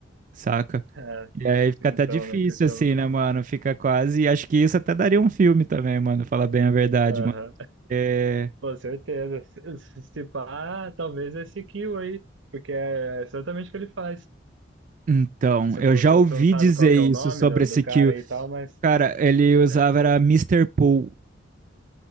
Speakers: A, on the right (about 45°); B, on the right (about 90°).
A: Saca?
B: <laughs> é,
A: E aí fica
B: então,
A: até difícil,
B: né? Que chama.
A: assim, né, mano? Fica quase. E acho que isso até daria um filme também, mano. Falar bem a verdade,
B: Aham.
A: mano. É...
B: Com certeza. Se se- se pá, talvez esse Kill aí, porque é exatamente o que ele faz.
A: Então,
B: Você
A: eu
B: falou
A: já
B: que você
A: ouvi
B: você não sabe
A: dizer
B: qual que
A: isso
B: é o nome
A: sobre
B: do,
A: esse
B: do cara
A: que o
B: aí e tal, mas
A: cara, ele usava
B: é,
A: era Mister Pool.